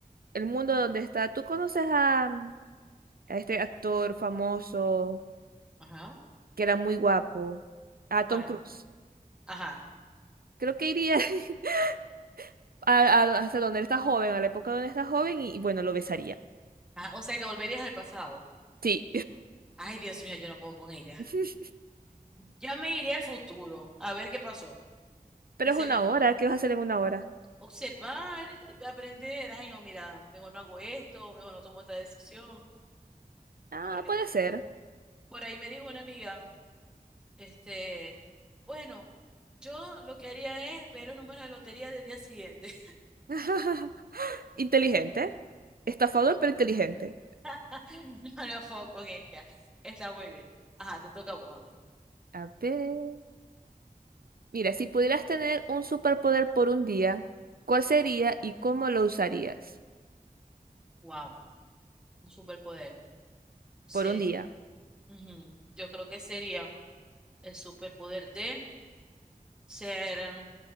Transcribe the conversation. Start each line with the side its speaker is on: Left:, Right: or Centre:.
Right: el mundo donde está. ¿Tú conoces a, mm, a este actor famoso
Centre: Ajá.
Right: que era muy guapo? A
Centre: ¿Cuál?
Right: Tom Cruise.
Centre: Ajá.
Right: Creo que iría <laughs> a- a- hasta donde él está joven, a la época donde está joven, y, y bueno, lo besaría.
Centre: Ajá. O sea que volverías al pasado.
Right: Sí.
Centre: Ay, Dios mío, yo no puedo con ella.
Right: <laughs>
Centre: Yo me iré al futuro a ver qué pasó.
Right: Pero
Centre: Dicen
Right: es una
Centre: lo
Right: hora. ¿Qué vas a hacer en una hora?
Centre: observar, eh, aprender. Ay, no, mira, mejor no hago esto, mejor no tomo esta decisión.
Right: Ah,
Centre: A ver qué
Right: puede
Centre: tal.
Right: ser.
Centre: Por ahí me dijo una amiga, este, bueno, yo lo que haría es ver los números de lotería del día siguiente.
Right: <laughs> Inteligente. Estafador, pero inteligente.
Centre: <laughs> No me enfoco con ella. Está muy bien. Ajá, te toca a vos, a ver.
Right: A ver. Mira, si pudieras tener un superpoder por un día, ¿cuál sería y cómo lo usarías?
Centre: Wow, un superpoder. Sería.
Right: Por un día.
Centre: ujú, Yo creo que sería el superpoder de ser mm,